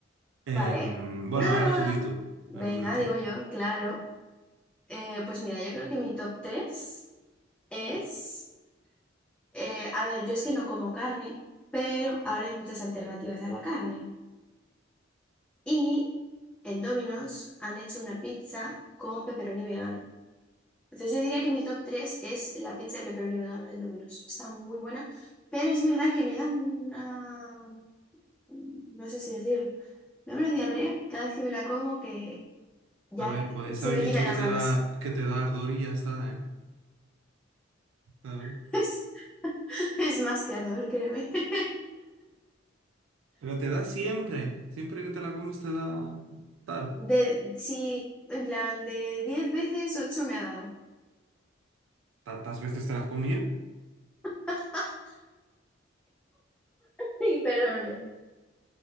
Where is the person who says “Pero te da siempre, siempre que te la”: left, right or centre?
Right